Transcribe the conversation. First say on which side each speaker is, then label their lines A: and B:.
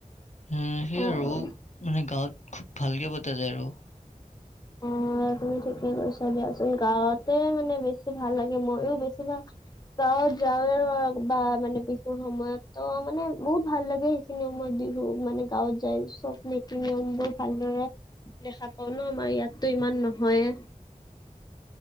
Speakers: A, on the left; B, on the left.
A: উম সেইয়
B: অ',
A: আৰু মানে গাঁৱত খুব ভালকে পতা যায় আৰু।
B: অ', অ', তুমি ঠিকে কৈছা দিয়াচোন, গাঁৱতে মানে বেছি ভাল লাগে। ময়ো বেছি ভাগ গাঁৱত যাওঁৱে আৰু, বা মানে বিহুৰ সময়ততো মানে বহুত ভাল লাগে। নীতি-নিয়মত বিহুক মানে গাঁৱত যায় চব নীতি-নিয়মবোৰ ভালদৰে দেখা পাও ন, আমাৰ ইয়াতটো ইমান নহয়ে।